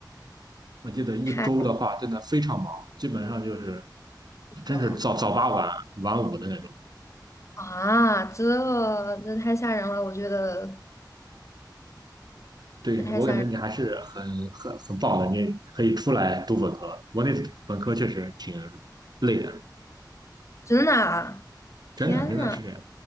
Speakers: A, on the right; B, on the left.
A: 我记得一周的话真的非常忙，
B: 太累
A: 基本上就是真是早早八晚晚五的那种。
B: 了啊，这这太吓人了，我觉得
A: 对我感觉你还是很很很棒的，
B: 这太吓人，
A: 你可以出来读本科。国内本科确实挺累的，
B: 真的啊，
A: 真的真的是这样。
B: 天呐！